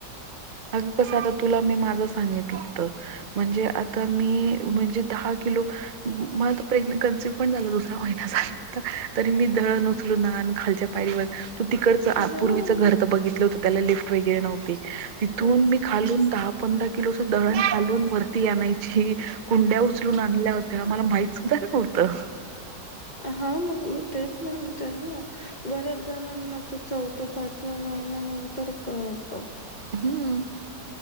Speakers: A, on the right; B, on the left.
A: अगं कसं आता तुला मी माझं सांगितलं होतं. म्हणजे आता मी म्हणजे दहा किलो. मला प्रेग्न कन्सिव्ह पण झाला दुसऱ्या महिन्याचा तरी मी धळन उचलून आण खालच्या पायरीवर. तिकडच
B: हा
A: पूर्वीच घर तर बघितलं होतं त्याला लिफ्ट वगैरे नव्हते तिथून
B: काय
A: मी
B: सांग
A: खालून दहा. पंधरा किलोच दळण खालून वरती आणायची कुंड्या उचलून आणल्या. ते आम्हाला माहित सुद्धा नव्हतं.
B: हा मग मी तेच म्हणतोय ना बर. जणांना ते चौथ्या पाचव्या महिन्यानंतर कळत.
A: हम्